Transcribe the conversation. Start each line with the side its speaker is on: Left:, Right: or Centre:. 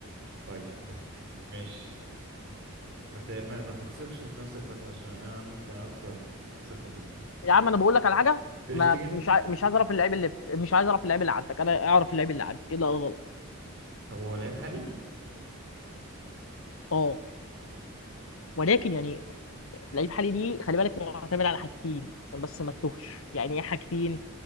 Right: طيب ماشي ما ت- ما ما تثقش في نفسك بس عشان انا ممكن اكسر ثقتك دي
Left: يا عم انا بقول لك على حاجة
Right: تريشتجن
Left: ما مش ع... مش عايز اعرف اللعيب اللي مش عايز اعرف اللعيب اللي عندك انا اعرف اللعيب اللي عندي ايه لا غلط
Right: طب هو لعيب حالي
Left: اه ولكن يعني لعيب حالي دي خلي بالك معتمد على حاجتين عشان بس ما تتوهش يعني ايه حاجتين